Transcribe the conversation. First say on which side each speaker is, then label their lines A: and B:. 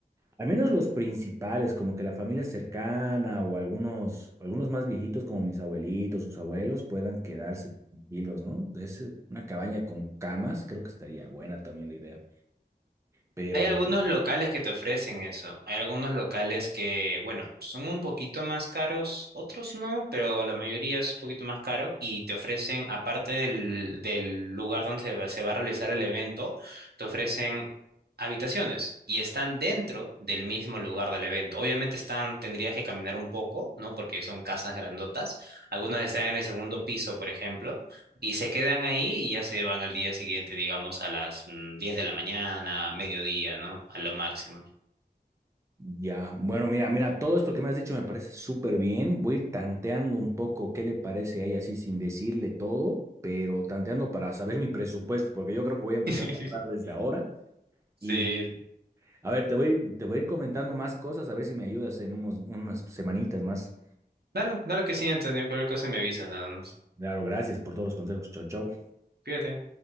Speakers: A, on the right; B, on the right.
A: Al menos los principales, como que la familia cercana o algunos, o algunos más viejitos como mis abuelitos, sus abuelos, puedan quedarse tranquilos, ¿no? Es eh, una cabaña con camas, creo que estaría buena también la idea. Pero
B: Hay algunos locales que te ofrecen eso. Hay algunos locales que, bueno, son un poquito más caros, otros no, pero la mayoría es un poquito más caro y te ofrecen, aparte del, del lugar donde se va, se va a realizar el evento, te ofrecen habitaciones y están dentro del mismo lugar del evento. Obviamente están, tendrías que caminar un poco, ¿no? Porque son casas grandotas. Algunas están en el segundo piso, por ejemplo, y se quedan ahí y ya se van al día siguiente, digamos, a las mm, 10 de la mañana, mediodía, ¿no? A lo máximo.
A: ya, bueno, mira, mira, todo esto que me has dicho me parece súper bien. Voy a ir tanteando un poco qué le parece a ella así sin decirle todo, pero tanteando para saber mi presupuesto, porque yo creo que voy a empezar
B: <laughs>
A: a hablar desde ahora
B: Sí,
A: y a ver, te voy, te voy a ir comentando más cosas, a ver si me ayudas en unos, unas semanitas más.
B: claro, claro que sí, Antonio. Cualquier cosa me avisas nada más.
A: Claro, gracias por todos los consejos. Chao, chao.
B: Cuídate.